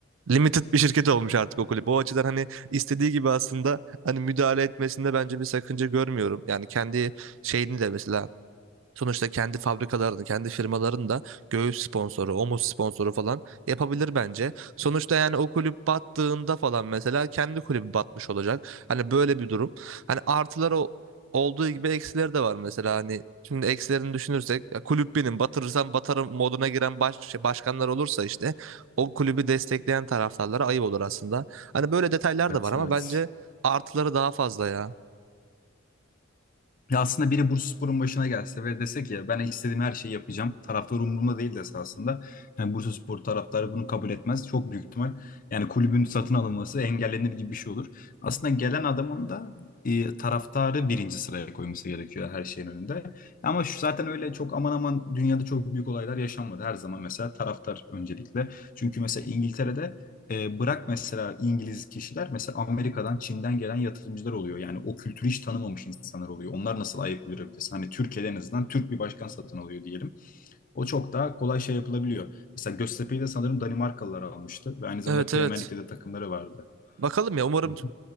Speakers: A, on the right (about 75°); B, on the left (about 45°).
A: limited bir şirket olmuş artık o kulüp. O açıdan hani istediği gibi aslında hani müdahale etmesinde bence bir sakınca görmüyorum. Yani kendi şeyini de mesela Sonuçta kendi fabrikalarını, kendi firmalarını da göğüs sponsoru, omuz sponsoru falan yapabilir bence. Sonuçta yani o kulüp battığında falan mesela kendi kulübü batmış olacak. Hani böyle bir durum. Hani artıları o- olduğu gibi eksileri de var mesela hani Şimdi eksilerini düşünürsek ya kulüp benim batırırsam batarım moduna giren baş, şey, başkanlar olursa işte o kulübü destekleyen taraftarlara ayıp olur aslında. Hani böyle detaylar
B: Evet,
A: da var ama
B: evet.
A: bence artıları daha fazla ya.
B: Ya aslında biri Bursaspor'un başına gelse ve dese ki ben istediğim her şeyi yapacağım. Taraftar umurumda değil dese aslında. Yani Bursaspor taraftarı bunu kabul etmez. Çok büyük ihtimal. Yani kulübün satın alınması engellenir gibi bir şey olur. Aslında gelen adamın da e, taraftarı birinci sıraya koyması gerekiyor her şeyin önünde. Ama şu zaten öyle çok aman aman dünyada çok büyük olaylar yaşanmadı. Her zaman mesela taraftar öncelikle. Çünkü mesela İngiltere'de e, bırak mesela İngiliz kişiler, mesela Amerika'dan, Çin'den gelen yatırımcılar oluyor. Yani o kültürü hiç tanımamış insanlar oluyor. Onlar nasıl ayak uydurabilirsin? Hani Türkiye'de en azından Türk bir başkan satın alıyor diyelim. O çok daha kolay şey yapılabiliyor. Mesela Göztepe'yi de sanırım Danimarkalılar almıştı ve aynı zamanda
A: Evet
B: Premier
A: evet
B: Lig'de de takımları vardı.
A: Bakalım ya umarım
B: Hı hı.
A: t-